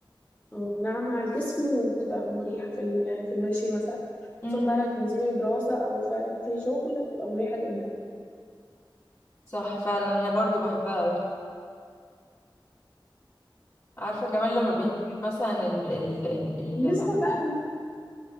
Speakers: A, on the left; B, on the left.
A: اه ناعمة على الجسم وبتبقى مريحة في ال- في المشي مثلا
B: <laughs>
A: خصوصا بقى
B: امم
A: لو تنزلي دراسة أو فعلا في شغل بتبقى مريحة جدا
B: صح فعلا انا برضو بحبها قوي عارفة كمان لما بيكون
A: اه
B: مثلا ال ال ال
A: بالنسبة
B: ال-
A: بقى ل-